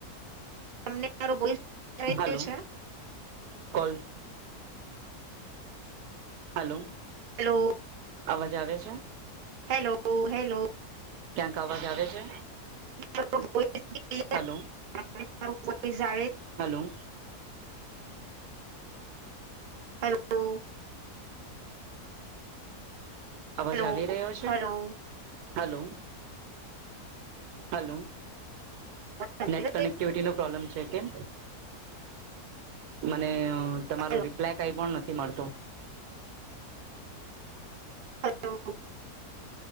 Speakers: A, on the right (about 65°); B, on the right (about 80°).
A: તમને મારો વોઇસ સંભળાએ રયો
B: હલો
A: છેં
B: કોલ. હલો
A: હેલો
B: અવાજ આવે છે.
A: Hello hello.
B: ક્યાંક અવાજ આવે છે.
A: ો <unintelligible>
B: હલો.
A: હમણાં મારું વોઇસ આવે
B: હેલો.
A: હલો.
B: અવાજ
A: હેલો
B: આવી રહ્યો છે
A: hello
B: hello. Hello.
A: Hello
B: net connectivity નો પ્રોબ્લેમ છે કેમ. મને તમારો
A: હેલો
B: રિપ્લાય કઈ પણ નથી મળતું.
A: હલો.